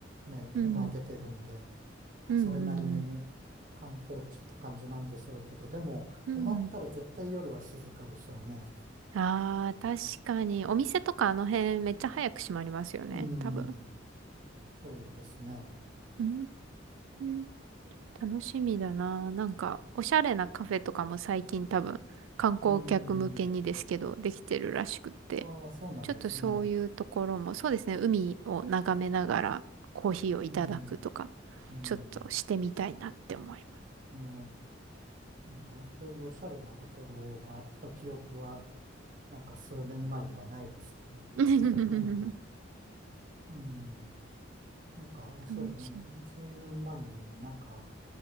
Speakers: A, on the right; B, on the right.
A: ね、まあ、
B: うん、
A: 出てるんで、
B: うん、
A: それなりに観光地って感じなんでしょうけど、
B: うん、
A: でも、
B: うん。
A: 泊まったら絶対夜は静かでしょうね。
B: うん。ああ、確かに。お店とかあの辺めっちゃ早く閉まりますよね。
A: うー
B: 多分。
A: ん、そうですね。
B: うーん、楽しみだな。なんか、おしゃれなカフェとかも最近多分、観光客向けにですけど、
A: うーん、
B: できてるらしくって。
A: ああ、そうなんですね。
B: ちょっとそういうところも、そうですね、海を眺めながらコーヒーをいただくとか、
A: うーん、うーん。
B: ちょっとしてみたいなって思います。
A: いや、なんかそういうおしゃれなところがあった記憶は、なんか数年前ではないですけど、
B: <laughs>
A: ねえ、うん、なんかそうですね、
B: 楽しみ。
A: 数年前になんか、